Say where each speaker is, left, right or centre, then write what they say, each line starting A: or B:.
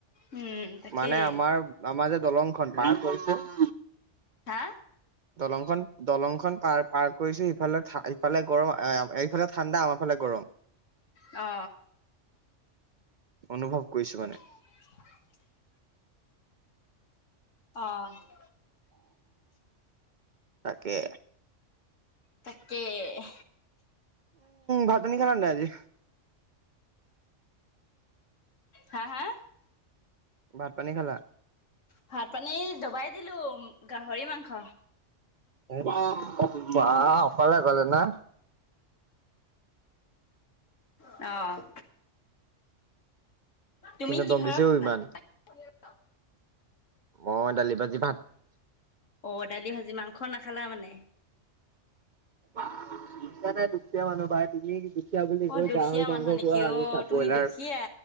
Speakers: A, on the left (about 80°); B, on the right (about 55°).
A: উম তাকেই
B: মানে আমাৰ আমাৰ যে দলং খন পাৰ <unintelligible>
A: হা?
B: দলংখন দলংখন পাৰ পাৰ কৰিছো ইফালে ইফালে গৰম এইফালে ঠাণ্ডা আমাৰ ফালে গৰম।
A: অ।
B: অনুভৱ কইছো মানে।
A: <unintelligible> অ',
B: তাকে।
A: তাকেহ।
B: ভাত-পানী খালে নে নাই আজি?
A: হা, হা।
B: ভাত-পানী খালা?
A: ভাত-পানী দবাই দিলো, গাহৰি মাংস।
B: <unintelligible> বা', অকলে গলে না।
A: অ', তুমি
B: কোনে
A: কিহৰ
B: দম দিছে অ
A: <unintelligible>
B: ইমান অ', দালি, ভাজি, ভাত।
A: অ', দালি, ভাজি। মাংস নাখালা মানে?
B: <unintelligible> দুখীয়া মানুহ ভাই তুমি। কিয়া বুলি
A: অ',
B: কৈ
A: দুখীয়া
B: গাহৰি
A: মানুহ
B: মাংস
A: নেকি
B: খোৱা। আমি
A: অ',
B: চাপ
A: তুমি
B: ব্ৰইলাৰ,
A: দুখীয়া